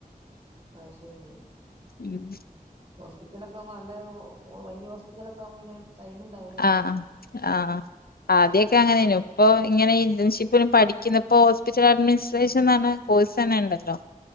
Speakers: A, on the right; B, on the left.
A: അയ് ശരി
B: ഉം
A: ഹോസ്പിറ്റലൊക്കെകുമ്പോ നല്ല വല്യ ഹോസ്പിറ്റലൊക്കെ ആകുമ്പോ പിന്നെ ടൈം ഉണ്ടാവൂലല്ലോ
B: ആഹ് ആഹ് ആദ്യൊക്കെ
A: ഉം
B: അങ്ങനെയ്നു ഇപ്പൊ ഇങ്ങനെ ഇന്റേൺഷിപ് പഠിക്കുന്നപ്പോ ഹോസ്പിറ്റൽ അഡ്മിനിസ്ട്രേഷൻ എന്ന കോഴ്സ്ന്നെണ്ടല്ലോ